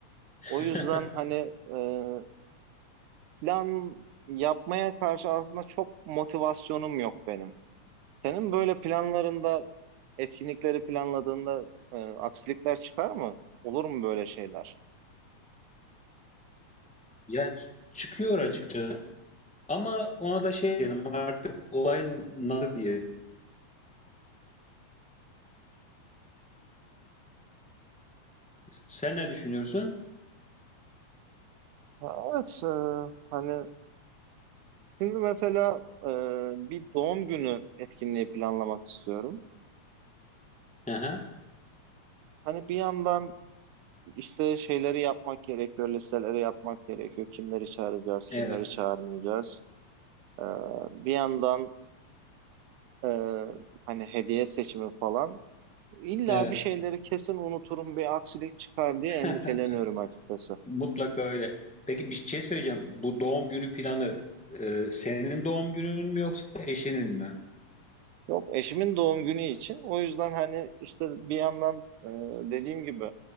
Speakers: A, in the centre; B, on the right.
A: <laughs>
B: O yüzden hani eee, plan yapmaya karşı aslında çok motivasyonum yok benim. Senin böyle planlarında etkinlikleri planladığında e, aksilikler çıkar mı? Olur mu böyle şeyler?
A: Ya ç- çıkıyor açıkçası ama ona da şey diyelim artık olayın nar diyelim. Sen ne düşünüyorsun?
B: Ha, evet, e, hani şimdi mesela e, bir doğum günü etkinliği planlamak istiyorum.
A: Aha,
B: Hani bir yandan işte şeyleri yapmak gerekiyor, listeleri yapmak gerekiyor. Kimleri çağıracağız,
A: evet,
B: kimleri çağırmayacağız. E, bir yandan e, hani hediye seçimi falan. İlla
A: evet.
B: bir şeyleri kesin unuturum, bir aksilik çıkar diye
A: <laughs>
B: endişeleniyorum açıkçası.
A: Mutlaka öyle. Peki bir şey söyleyeceğim. Bu doğum günü planı e, senin doğum günün mü yoksa eşinin mi?
B: Yok eşimin doğum günü için. O yüzden hani işte bir yandan e, dediğim gibi